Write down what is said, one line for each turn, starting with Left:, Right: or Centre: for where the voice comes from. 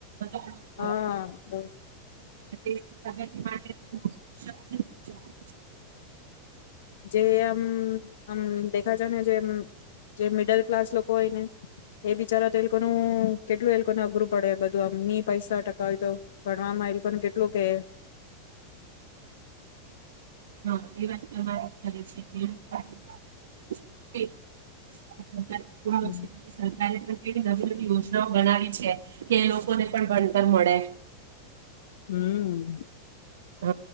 Right: હા
Left: હાં તો.
Right: તે પ્રગતિ માટે <unintelligible>
Left: જે આમ આમ દેખા છે ને જે મિડલ ક્લાસ લોકો હોય ને એ બિચારા તે લોકોનું કેટલું એ લોકોને અઘરું પડે બધું આમ ની પૈસા ટકા હોય તો ભણવામાં એ લોકોને કેટલું કે
Right: હા એ વાત વાત કરે છે <unintelligible>
Left: હમ
Right: <unintelligible> સરકારે કેવી નવી નવી યોજનાઓ બનાવી છે. કે એ લોકોને પણ ભણતર મળે.
Left: હમ્મ.
Right: હ